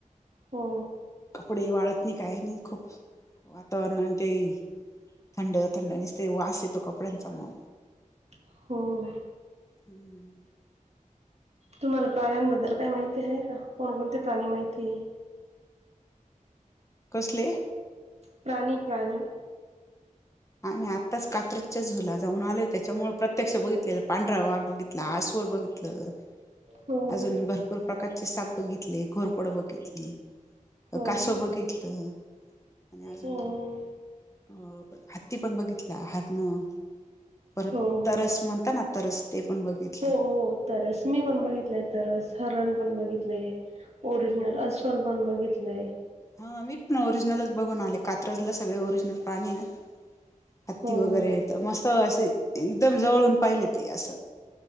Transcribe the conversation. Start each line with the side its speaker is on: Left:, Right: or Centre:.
Right: हो
Left: कपडे वाळत नाई... काय नाई खूप. वातावरण ते... थंड थंड, निसते वास येतो, कपड्यांचा मग.
Right: हो हो
Left: हम्म.
Right: तुम्हाला प्राण्यांबद्दल काय माहिती हाये का? कोणकोणते प्राणी माहिती ए?
Left: कसले?
Right: प्राणी, प्राणी.
Left: आम्ही आत्ताच कात्रजच्या झू ला जाऊन आलोय त्याच्यामुळे प्रत्यक्ष बघितलेलं... पांढरा वाघ बघित -ला, अस्वल बघितलं.
Right: हो
Left: अजून
Right: हो
Left: भरपूर प्रकारचे साप बघितले, घोरपड बघितली. अं...
Right: हो
Left: कासव
Right: ना
Left: बघितलं, आणि अजून...
Right: हो हो
Left: अं हत्ती पण बघितला, हरणं परत,
Right: हो
Left: तरस म्हणता ना... तरस ते पण बघितलं.
Right: हो हो, तरस... मी पण बघितलंय तरस, हरण पण बघितलंय. ओरिजनल अस्वल पण बघितलंय.
Left: हं... मी पण ओरिजिनलच बघून आले. कात्रजला सगळे ओरिजिनल प्राणी हे ना. हत्ती
Right: हो
Left: वगैरे...
Right: हो
Left: तर मस्त असे, एकदम जवळून पाहिले, ते असं.